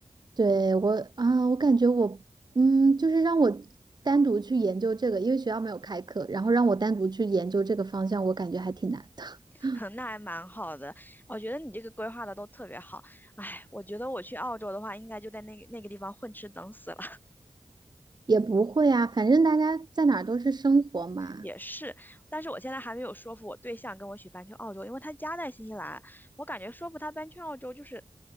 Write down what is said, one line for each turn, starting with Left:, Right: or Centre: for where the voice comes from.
Right: 对我啊，我感觉我嗯，就是让我单独去研究这个，因为学校没有开课，然后让我单独去研究这个方向，我感觉还挺难的。
Left: <laughs>
Right: <laughs>
Left: 那还蛮好的。我觉得你这个规划的都特别好。哎，我觉得我去澳洲的话，应该就在那个那个地方混吃等死，了。
Right: 也不会啊，反正大家在哪儿都是生活嘛。
Left: 也是，但是我现在还没有说服我对象跟我一起搬去澳洲，因为他家在新西兰，我感觉说服他搬去澳洲就是